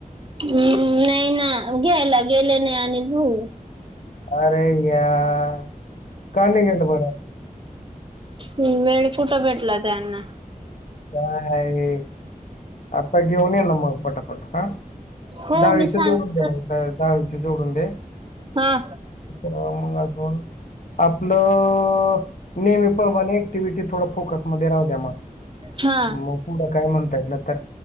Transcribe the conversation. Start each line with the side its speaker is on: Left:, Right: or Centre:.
Right: हम् नाही ना घ्यायला गेलं नाही अनिल भाऊ
Left: आरे यार का नाही गेलं बर
Right: ह् वेळ कुठं भेटला त्यांना
Left: काय आता घेऊन ये ना मग फटाफट हा
Right: हो
Left: दहावीच
Right: मी सांगितलं
Left: जोडून दे मला दहावीच्या जोडून दे
Right: हा
Left: मग अजून आपलं नेहमी पण क्टिव्हटी थोड फोकसमध्येध्ये राह त्या मग
Right: हा
Left: मग पुढं काय म्हणता येईल तर